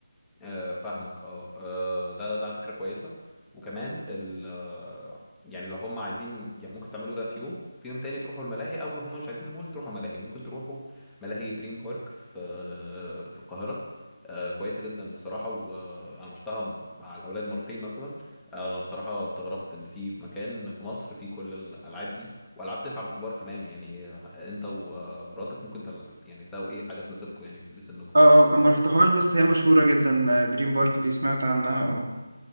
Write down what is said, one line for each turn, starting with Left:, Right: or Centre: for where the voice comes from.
Centre: آه، فاهمك اه آه، ده ده فكرة كويسة وكمان ال آه، يعني لو هم عايزين يعني ممكن تعملوا ده في يوم في يوم تاني تروحوا الملاهي او لو هم مش عايزين المول تروحوا ملاهي ممكن تروحوا ملاهي دريم بارك في آه، في القاهرة آه، كويسة جدا بصراحة وانا رحتها مع الاولاد مرتين مثلا آه، انا بصراحة استغربت ان في في مكان في مصر في كل الالعاب دي والعاب تنفع للكبار كمان يعني آه، انت ومراتك ممكن تل- يعني تلاقوا ايه حاجة تناسبكم يعني في لسنكم
Right: اه اه أنا مرحتهاش بس هي مشهورة جدا دريم بارك دي سمعت عنها اه